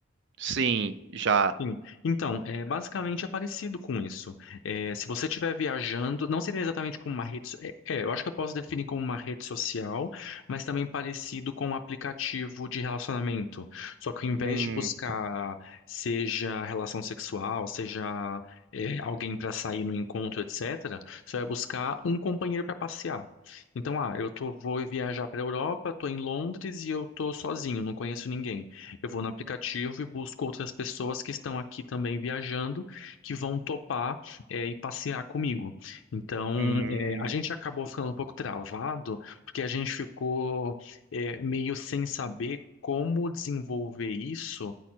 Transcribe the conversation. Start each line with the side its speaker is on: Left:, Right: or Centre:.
Right: Sim, já.
Left: Sim. Então, é, basicamente é parecido com isso. É, se você estiver viajando, não seria exatamente como uma rede. so- É, é, eu acho que eu posso definir como uma rede social, mas também parecido com um aplicativo de relacionamento. Só que ao invés
Right: Hum,
Left: de buscar, seja relação sexual, seja, é, alguém para sair no encontro, etc., você vai buscar um companheiro para passear. Então, ah, eu tô, vou viajar para a Europa, estou em Londres e eu estou sozinho, não conheço ninguém. Eu vou no aplicativo e busco outras pessoas que estão aqui também viajando, que vão topar, é, e passear comigo. Então,
Right: hum,
Left: é, a gente acabou ficando um pouco travado, porque a gente ficou, é, meio sem saber como desenvolver isso